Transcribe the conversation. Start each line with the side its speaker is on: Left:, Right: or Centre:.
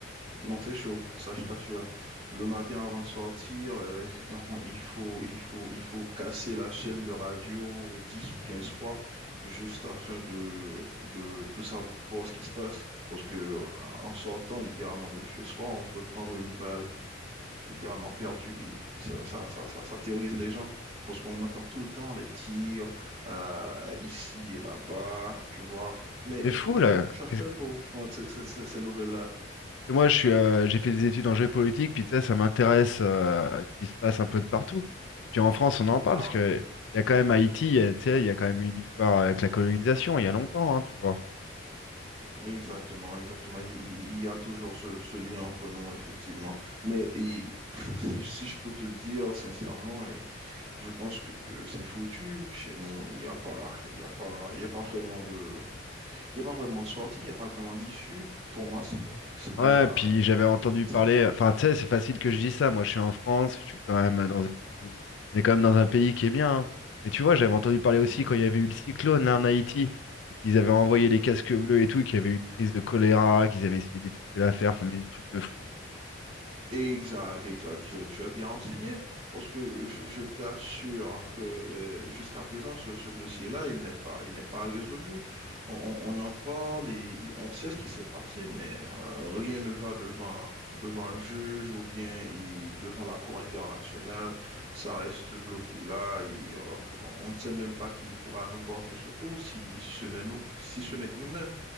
Right: Non, c'est chaud, ça je t'assure. Le matin avant de sortir, euh, <laughs> il faut, il faut, il faut casser la chaîne de radio 10 ou 15 fois juste afin de, de, de savoir ce qui se passe. Parce que euh, en sortant littéralement de chez soi, on peut prendre une balle littéralement perdu et ça, ça, ça, ça, ça terrorise les gens parce qu'on entend tout le temps les tirs euh, ici et là-bas, tu vois. Mais
Left: Mais c'est fou
Right: comment
Left: là.
Right: tu as
Left: Qu'est-ce
Right: fait pour prendre ce- ce- ce- ces nouvelles-là?
Left: que moi je suis euh, j'ai fait des études en géopolitique, puis tu sais, ça m'intéresse euh, à ce qui se passe un peu de partout. Et puis en France, on en parle
Right: Ah,
Left: parce que
Right: ok.
Left: il y a quand même Haïti, il y a- tu sais, il y a quand même une histoire avec la colonisation, il y a longtemps, hein, tu vois.
Right: Mais exactement, exactement. Il, il- il y a toujours ce, ce lien entre nous, effectivement. Mais et, pff, si, si je peux te le dire sincèrement, et je pense que c'est foutu. Chez nous, il n'y a pas, il y a pas, il y a pas vraiment de, il y a pas vraiment de sortie, il n'y a pas vraiment d'issue. Pour moi, c'est, c'est
Left: Ouais,
Right: déjà,
Left: puis j'avais entendu
Right: différentes
Left: parler, enfin tu sais, c'est facile que je dise ça, moi je suis en France, je suis quand même dans une... on est quand même dans un pays qui est bien, hein. Mais tu vois, j'avais entendu parler
Right: Mhm.
Left: aussi quand il y avait eu le cyclone là en Haïti, et qu'ils avaient envoyé les casques bleus et tout, et qu'il y avait eu une crise de choléra, qu'ils avaient essayé d'étouffer l'affaire, enfin mais des trucs de fou.
Right: Exact, exact. Tu, tu es bien renseigné parce que je, je t'assure que euh, jusqu'à présent, ce, ce dossier-là, il n'est pas, il n'est pas résolu. On, on- on en parle et on sait ce qui s'est passé, mais euh, rien ne va devant, devant un juge ou bien il- devant la Cour internationale. Ça reste bloqué là et euh, on ne sait même pas qui pourra nous porter secours si ce n'est nous, si ce n'est que nous-mêmes.